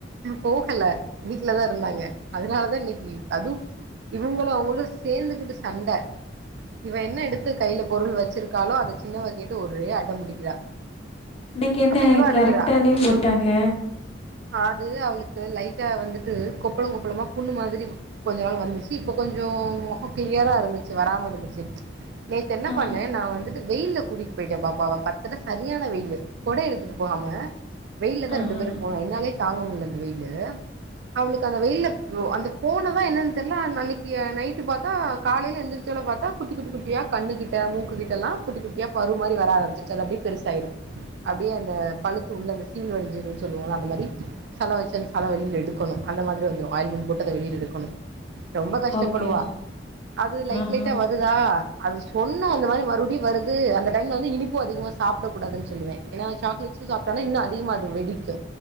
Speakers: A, on the right; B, on the left.
A: போகல வீட்லதா இருந்தாங்க அதனாலதா இன்னைக் அதும் இவங்களு அவங்களு சேந்துகிட்டு சண்ட இவன் என்ன எடுத்து கைல பொருள் வச்சிருக்காலோ அத சின்னவ கேட்டு ஒரே அடோ புடிக்கிறா
B: இன்னிக்கி என்ன
A: அப்ப இவ அழுகுறா
B: கரெக்ட்டா லீவ் போட்டாங்க
A: ஆது அவளுக்கு லைட்டா வந்துட்டு கொப்பளம் கொப்பளமா புண்ணு மாதிரி கொஞ்ச நாள் வந்துச்சு இப்ப கொஞ்ச முகம் கிளியரா இருந்துச்சு வராம இருந்துச்சு நேத்து என்ன
B: ஆ
A: பண்ணே நா வந்துட்டு வெயில்ல கூட்டிட்டு போயிட்டே பாப்பாவ பத்துலா சரியான வெயிலு கொட எடுத்துட்டு போகாம வெயில்ல தா
B: ஆஹா
A: ரெண்டு பேரு போனோ என்னாலே தாங்க முடில அந்த வெயிலு அவளுக்கு அந்த வெயில்ல போ அந்தப் போனதா என்னன்னு தெரில அன்னிக்கி நைட்டு பாத்தா காலைல எந்துருச்சோல பாத்தா குட்டி குட்டி குட்டியா கண்ணு கிட்ட மூக்குக்கிட்டெல்லா குட்டிட்டியா பரு மாரி வர ஆரம்பிச்சு அது அப்டியே பெருசாயிரும் அப்டியே அந்த பழுத்து உள்ள அந்த சீல் வடிஞ்சிருனு சொல்லுவோல அந்த மாரி சல வச்சல் சலவெளில எடுக்கணு அந்த மாரி வந்துரும் ஆயில்மெண்ட் போட்டு அத வெளில எடுக்கணு ரொம்ப கஷ்டப்படுவா
B: ஓகே
A: அது லைட்
B: ஆஹா
A: லைட்டா வரு தா அது சொன்ன அந்த மாரி மறுபடியு வருது அந்த டைம்ல வந்து இனிப்பு அதிகமா சாப்பிட கூடாதுன்னு சொல்லுவே ஏனா சாக்லேட்ஸு சாப்ட்டனா இன்னு அதிகமா அது வெடிக்கு